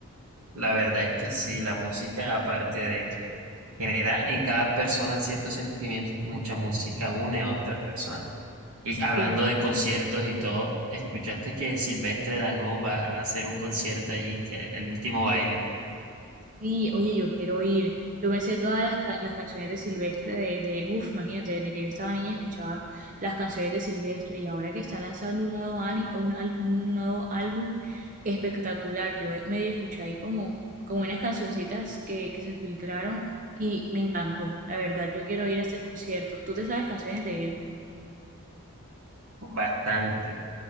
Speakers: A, on the right; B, on the right.
A: La verdad es que sí, la música, aparte de que genera en cada persona ciertos sentimientos, mucha música une a otras personas. Y hablando
B: Sí.
A: de conciertos y todo, escuchaste que Silvestre Dangond va a hacer un concierto ahí, que el último baile,
B: Sí, oye, yo quiero ir. Yo me sé todas las, ca- las canciones de Silvestre, de, de uff, imagínate, desde que yo estaba niña escuchaba las canciones de Silvestre y ahora que está lanzando un nuevo, ani- un, al- un nuevo álbum espectacular. Yo medio escuché ahí como, como unas cancioncitas que, que se filtraron y me encantó. La verdad, yo quiero ir a este concierto. ¿Tú te sabes canciones de él?
A: bastante.